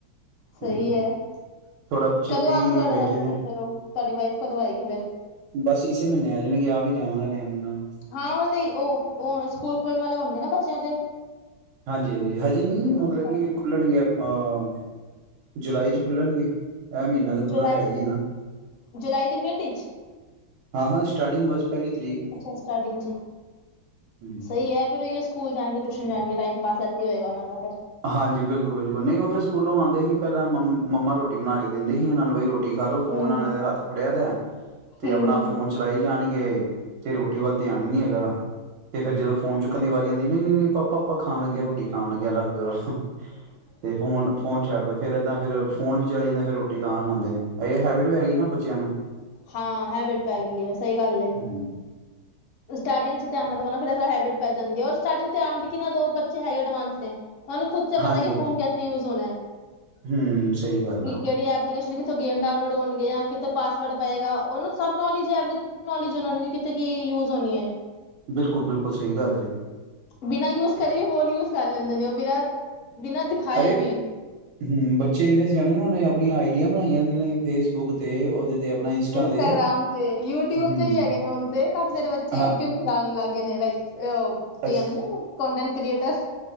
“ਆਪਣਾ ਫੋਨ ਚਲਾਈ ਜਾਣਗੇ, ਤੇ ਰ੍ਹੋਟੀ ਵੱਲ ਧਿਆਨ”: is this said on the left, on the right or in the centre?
Right